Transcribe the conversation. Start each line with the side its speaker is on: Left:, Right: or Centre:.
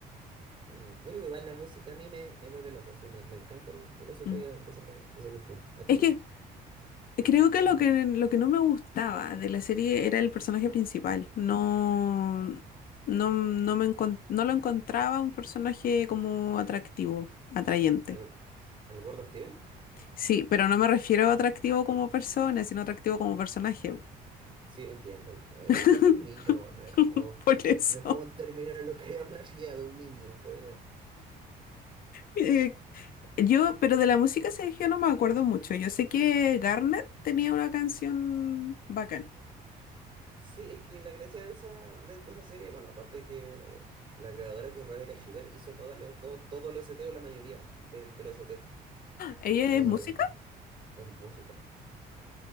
Right: Mm, Bueno, igual la música a mí me, me vuelve loco, así, me, me encanta el, el OST
Left: Mm.
Right: de esa, de esa cuestión. ¿A ti
Left: Es que Creo que
Right: te
Left: lo
Right: gusta
Left: que lo que no me gustaba de la serie era el personaje principal. No, no, no me encon- no lo encontraba un personaje como atractivo, atrayente.
Right: el, el gordo Steven?
Left: Sí, pero no me refiero a atractivo como persona, sino atractivo como personaje.
Right: Sí, entiendo. Eh,
Left: <laughs>
Right: Aparte es un niño, no es como,
Left: Por eso.
Right: no es como terminar lo que <laughs> hablaría de un niño en realidad.
Left: Eh, yo, pero de la música, Sergio, no me acuerdo mucho. Yo sé que Garnet tenía una canción bacán.
Right: Sí, es que la gracia de esa, de, de esa serie, bueno, aparte de que eh, la creadora que es Rebecca Sugar hizo toda la- todo, todo el OST o la mayoría del, del OST
Left: ¿Ella
Right: en,
Left: es música?
Right: en música.